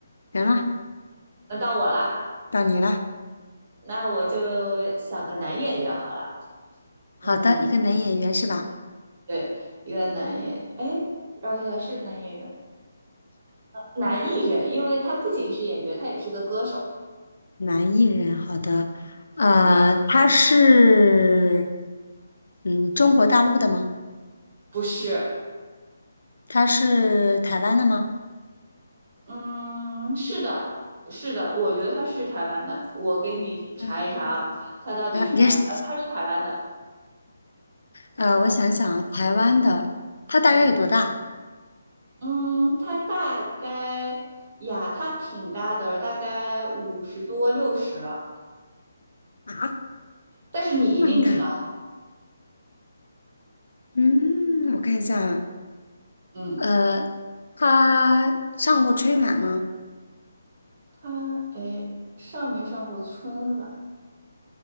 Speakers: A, on the left; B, on the right.
A: 行了，
B: 那到我啦，
A: 到你了。
B: 那我就想个男演员好了，
A: 好的，
B: 嗯。
A: 一个男演员是吧？
B: 对，一个男演员，哎，让我想想是男演员，男艺人，因为他不仅是演员，他也是个歌手。
A: 男艺人，好的。呃，
B: 嗯，
A: 他是嗯中国大陆的吗？
B: 不是，
A: 他是台湾的吗？
B: 嗯，是的，是的，我觉得他是台湾的，我给你查一查啊，
A: 呃
B: 他到底是哪？
A: 啊也是，
B: 呃，他是台湾的。
A: 呃，我想想啊，台湾的，他大概有多大
B: 嗯嗯，他大概呀，他挺大的了大概五十多六十了，
A: 啊？
B: 但是你一定知道。
A: 那么大？嗯，我看一下啊，
B: 嗯，
A: 呃，他上过春晚吗？
B: 他哎上没上过春晚？